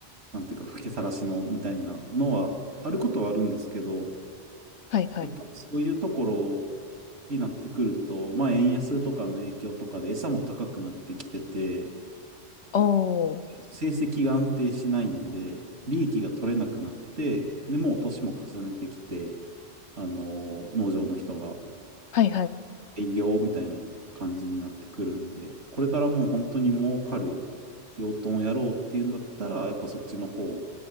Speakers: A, on the right; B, on the left.
A: なんていうか、吹きさらしのみたいなのは、あることはあるんですけど、
B: はいはい。
A: やっぱりそういうところになってくると、まあ円安とかの影響とかで餌も高くなってきてて、ち
B: おー。
A: ょっと成績が安定しないんで、利益が取れなくなって、で、もう年も重ねてきて、あの、農場の人が
B: はいはい。
A: 営業みたいな感じになってくるんで、これからもう本当に儲かる養豚をやろうっていうんだったら、やっぱそっちの方